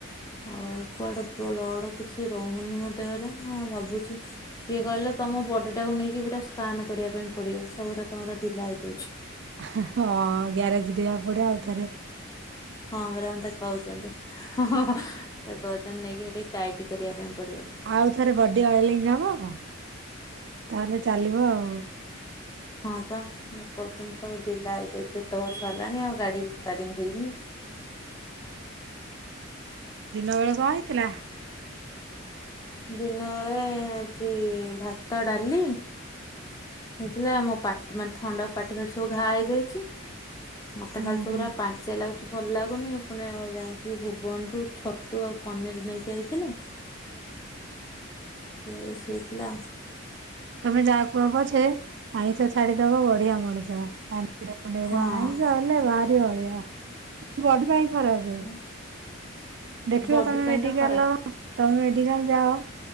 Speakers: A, on the left (about 15°); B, on the right (about 55°).
A: ଆଉ କୁଆଡେ ବ୍ଲଡ଼ କିଛି ରହୁନି ମୋ ଦେହରେ ହଁ ଭାବୁଛି ଇଏ କହିଲେ ତମ ବଡି ଟାକୁ ନେଇକି ପୁରା ସ୍କାନ କରିବା ପାଇଁ ପଡିବ ସବୁୁଟା ତମର ଢିଲା ହେଇଯାଇଛି।
B: ହଁ ଗ୍ୟାରେଜ ଜିବାକୁ ପଡିବ ଆଉଥରେ
A: ହଁ ପରା ମତେ କହୁଛନ୍ତି ତା ନେଇକି ଟିକେ ଟାଇଟ୍ କରିବା ପାଇଁ ପଡିବ।
B: ଆଉ ଥରେ ବଡି ଅଏଲିଂ ହବ ତାହେଲେ ଚାଲିବ ଆଉ
A: ହଁ ବା କହୁଛନ୍ତି ସବୁ ଢିଲା ହେଇଯାଇଛି ଏତେ ବର୍ଷ ହେଲାଣି ଆଉ ଗାଡି ରିପାରିଙ୍ଗ ହେଇନି।
B: ଦିନ ବେଳେ କଣ ହେଇଥିଲା?
A: ଦିନ ବେଳେ ଆଜି ଭାତ ଡାଲି ହେଇଥିଲା ମୋ ପାଟି ମାନେ ଥଣ୍ଡା ପାଟି ଫଟି ସବୁ ଘା ହେଇଯାଇଛି। ମତେ
B: ହୁଁ
A: ଖାଲି ସବ
B: ହୁଁ
A: ପୁରା ପାଣିଚିଆ ଲାଗୁଛି ଭଲ ଲାଗୁନି ପୁଣି ଯାଇକି ଭୁବନରୁୁ ଛତୁ ଆଉ ପନିର ନେଇକି ଆଇଥିଲେ,। ସେ ରୋଷେଇ ହେଇଥିଲା।
B: ତମେ ଯାହା କୁହ ପଛେ ଆଇଁଷ ଛାଡି଼ଦବ ବଢ଼ିଆ ମଣିଷ ଥାନ୍ତି। ଦି ଟା ଣ୍ଡେଇ ର
A: ଆଉ
B: ଆଇଁଷ ହେଲେ ଭାରି ଅଳିଅ କିନ୍ତୁ ବଡି ପାଇଁ ଖରାପେ।
A: ହଁ।
B: ଦେଖିବ
A: ବଡି
B: ତମେ
A: ପାଇଁ
B: ମେଡିକାଲ
A: ତ ଖରାପ।
B: ତମେ ମେଡିକାଲ୍ ଯାଅ।